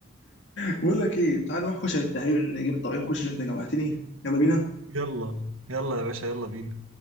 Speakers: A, on the left; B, on the right.
A: بقول لك ايه تعال نروح كشري التهريب نجيب الطبقين كشري انت جوعتني يلا بينا
B: يلا يلا يا باشا يلا بينا